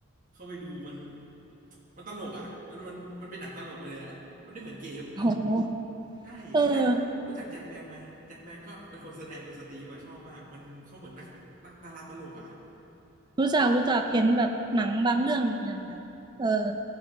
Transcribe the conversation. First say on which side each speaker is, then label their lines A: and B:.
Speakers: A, on the right (about 40°); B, on the right (about 20°).
A: เข้าไปดูมันมันตลกอ่ะมันมันมันเป็นหนังตลกไปเลยอ่ะมันไม่เหมือนเกม
B: โห
A: ใช่รู้จักรู้จักแจ็คแบ็กไหมแจ็คแบ็กก็เป็นคนแสดงเป็นสตีฟอะชอบมากมันเขาเหมือนนักนักดาราตลกอ่ะ
B: เออรู้จักรู้จักเห็นแบบหนังบางเรื่องอยู่อย่างแบบเออ